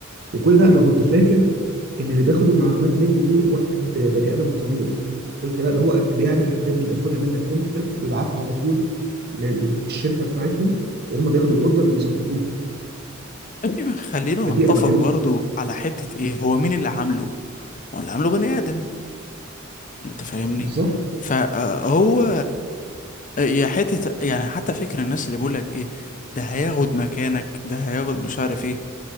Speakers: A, on the right; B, on the left.
A: وكل ده انا كنت فاكر ان اللي بياخد المعلومات مني دي واحد بني ادم طبيعي قلت لا ده هو بيعمل الحاجات دي بياخدها منك تمبلت وبيبعتها على طول للشركه بتاعتهم وهم بياخدوا الاوردر بيظبطوه
B: طيب خلينا
A: فدي
B: نتفق
A: انا بتكلم
B: برضو
A: في
B: على حتة ايه هو مين اللي عامله هو اللي عامله بني آدم انت فاهمني
A: بالظبط
B: فهو يا حتة يعني حتى فكر الناس اللي بيقول لك ايه ده هياخد مكانك ده هياخد مش عارف ايه